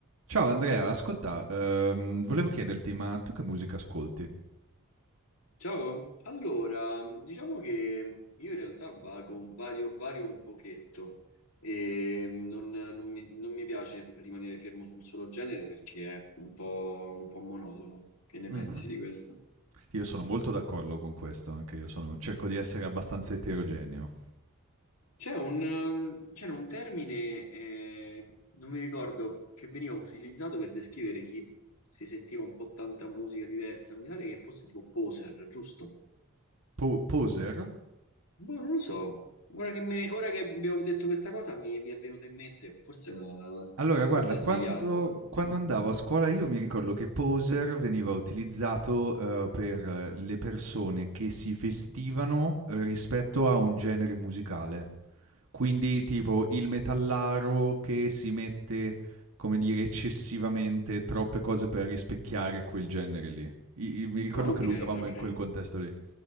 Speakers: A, on the right (about 70°); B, on the left (about 75°).
A: Ciao Andrea, ascolta, ehm, volevo chiederti, ma tu che musica ascolti?
B: Ciao, allora, diciamo che io in realtà vago, vario, vario un pochetto e non, non mi, non mi piace rimanere fermo su un solo genere perché è un po', un po' monotono. Che ne
A: Mh-mh.
B: pensi di questo?
A: Io sono molto d'accordo con questo, anche io sono cerco di essere abbastanza eterogeneo.
B: C'è un, c'era un termine, eh, non mi ricordo, che veniva utilizzato per descrivere chi si sentiva un po' tanta musica diversa, mi pare che fosse tipo poser, giusto?
A: Po Poser?
B: Boh, non lo so, ora che, me- ora che abbiamo detto questa cosa mi, mi è venuto in mente, forse, no-
A: Allora guarda,
B: forse è
A: quando
B: sbagliato, eh?
A: quando andavo a scuola io mi ricordo che Poser veniva utilizzato, ehm, per eh, le persone che si vestivano eh, rispetto a un genere musicale. Quindi tipo il metallaro che si mette, come dire, eccessivamente troppe cose per rispecchiare quel genere lì. I- i- mi ricordo
B: Ah, ok,
A: che lo usavamo
B: ok.
A: in quel contesto lì.